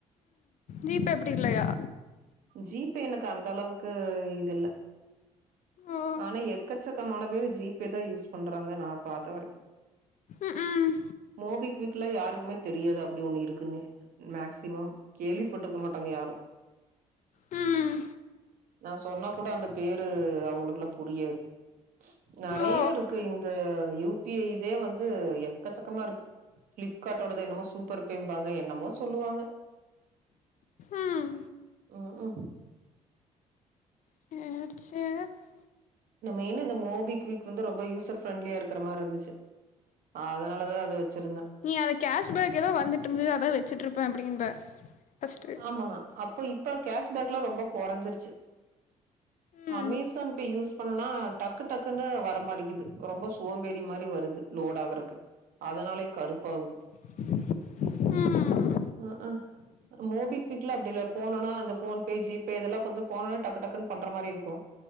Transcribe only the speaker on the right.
ஜீபே எனக்கு அந்த அளவுக்கு இது இல்ல
ஆனா எக்கச்சக்கமான பேரு ஜீபே தா யூஸ் பண்றாங்க நா பாத்த வரைக்கு
மோபிக்விக்ல யாருக்குமே தெரியாது அப்டி ஒண்ணு இருக்குன்னே மேக்சிமம் கேள்விப்பட்ருக்க மாட்டாங்க யாரு
நா சொன்னா கூட அந்த பேரு அவுங்களுக்குல்லா புரியாது நெறைய
இருக்கு இந்த யூ பி ஐ இதே வந்து எக்கச்சக்கமா இருக்கு பிளிப்கார்ட்டோடது என்னமோ சூப்பர் பேம்பாங்க என்னமோ சொல்லுவாங்க
உஹூம்
இந்த மெயின்னு இந்த மோபிக்விக் வந்து ரொம்ப யூசர் ஃப்ரெண்ட்லியா இருக்கற மாரி இருந்துச்சு அ அதனாலதா அது வெச்சிருந்த
ஆமா அப்போ இப்ப கேஷ்பேக் எல்லா ரொம்ப குறைஞ்சிருச்சு
அமேசான் இப்ப யூஸ் பண்ணனா டக்கு டக்குன்னு வர மாட்டீகுது ரொம்ப சோம்பேறி மாரி வருது லோடு ஆகருக்கு அதனாலயே கடுப்பாவுது
அ
மோபிக்குவிக்ல அப்டி இல்ல போனொன்ன அந்த ஃபோன் பே, ஜிபே இதெல்லா கொஞ்சோ போன ஒன்ன டக்கு டக்குன்னு பண்ற மாரி இருக்கு